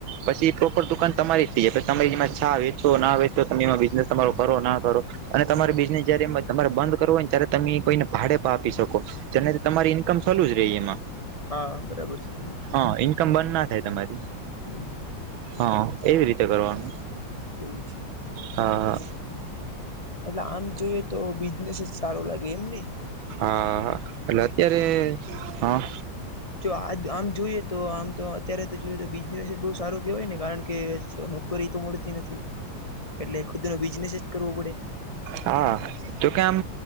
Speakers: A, on the right; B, on the left.
A: પછી એ પ્રોપર દુકાન તમારી થથી પ તમે એમાં છા વેચો ના વેચો તમે એમાં બિઝનેસ તમારો કરો ના કરો અને તમારે
B: હા
A: બિઝનેસ જયારે તમારે બંધ કરવો હોયને ત્યારે તમે કોઈને ભાડે પાવ પી શકો જેને તમારી ઈન્કમ ચાલુ જ રહી એમાં
B: હા બરાબર છે.
A: હા ઇન્કમ બંધ ના થાય તમારી
B: <inaudible>
A: હા એવી રીતે કરવાનું
B: એવું છે.
A: હા હા
B: એટલે આમ જોઈએ તો બિઝનેસ જ સારો લાગે એમને
A: હા હા એલે અત્યારે હા.
B: જો આ આમ જોઈએ તો આમ તો અત્યારે તો જોઈએ તો બિઝનેસ જ બહુ સારું કેહેવાય ને કારણ કે તો નોકરી તો મળતી નથી એટલે ખુદ ન બિઝનેસ જ કરવો પડે
A: હા તો કે આમ